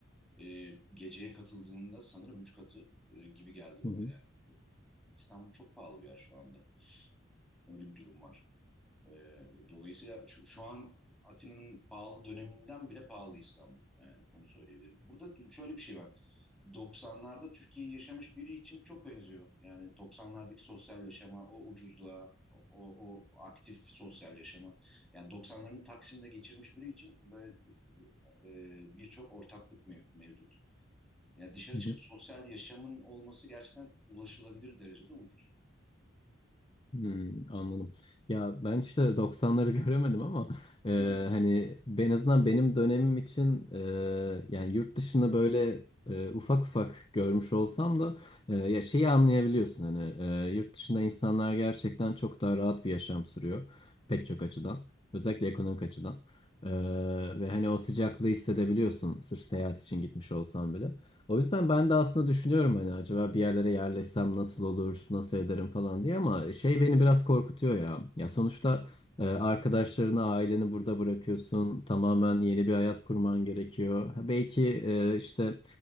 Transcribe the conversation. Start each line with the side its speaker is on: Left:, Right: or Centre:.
Centre: e, geceye katıldığında sanırım 3 katı e, gibi geldi bana
Left: Hı
Centre: yani. İstanbul çok pahalı bir yer şu anda. Öyle bir durum var. E, dolayısıyla şu, şu an Atina'nın pahalı döneminden bile pahalı İstanbul. Yani onu söyleyebilirim. Burada şöyle bir şey var. 90'larda Türkiye'yi yaşamış biri için çok benziyor. Yani 90'lardaki sosyal yaşama, o ucuzluğa, o, o o aktif sosyal yaşama. Yani 90'ların Taksim'de geçirmiş biri için böyle e, birçok ortaklık mev- mevcut. Yani dışarı
Left: hı.
Centre: çıkıp sosyal yaşamın olması gerçekten ulaşılabilir derecede ucuz.
Left: Hmm, anladım. Ya ben işte doksanları <laughs> göremedim ama e,
Centre: Hı.
Left: hani en azından benim dönemim için e, yani yurt dışını böyle e, ufak ufak görmüş olsam da e, ya şeyi anlayabiliyorsun hani e, yurt dışında insanlar gerçekten çok daha rahat bir yaşam sürüyor pek çok açıdan özellikle ekonomik açıdan E, ve hani o sıcaklığı hissedebiliyorsun sırf seyahat için gitmiş olsam bile. O yüzden ben de aslında düşünüyorum hani acaba bir yerlere yerleşsem nasıl olur, nasıl ederim falan diye ama şey beni biraz korkutuyor ya. Ya sonuçta e, arkadaşlarını, aileni burada bırakıyorsun. Tamamen yeni bir hayat kurman gerekiyor. Ha, Belki e, işte